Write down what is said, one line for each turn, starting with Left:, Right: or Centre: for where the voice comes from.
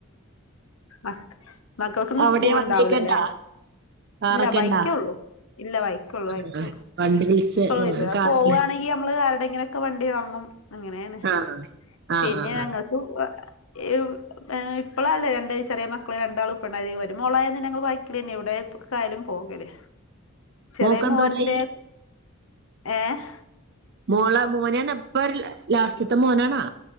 Left: ആഹ് മക്കൾക്കിന്ന്
Right: അവിടെ
Left: സ്കൂൾ
Right: വണ്ടിയൊക്കെ
Left: ഉണ്ടാവൂലല്ലേ
Right: ഇണ്ടാ കാറൊക്കെ
Left: ഇല്ല ബൈക്കെള്ളൂ
Right: ഇണ്ടാ
Left: ഇല്ല ബൈക്കള്ളൂ
Right: ആ
Left: ബൈക്കുള്ളൂ
Right: വണ്ടി വിളിച്ച്
Left: ഇപ്പോ ഇത്
Right: കാറില്
Left: പോവുവാണെങ്കിൽ നമ്മള് ആരുടെങ്കിലൊക്കെ വണ്ടി വാങ്ങും അങ്ങനെയാണ്
Right: ആ ആ
Left: പിന്നെ
Right: ആ
Left: ഞങ്ങക്ക്
Right: ആ
Left: എവിട ഏഹ് ഇപ്പളല്ലേ രണ്ട് ചെറിയ മക്കള് രണ്ടാള് ഇപ്പണ്ടായത് ഒര് മോളായന്ന് ഞങ്ങള് ബൈക്കിലെന്നെ എവടെ പോ ക്കായാലും പോകല് ചെറിയ
Right: മോക്കെന്തോരായി
Left: മോന്റെ ഏഹ്
Right: മോളെ മോനാണ് ഇപ്പൊ ലാസ്റ്റത്തെ മോനാണോ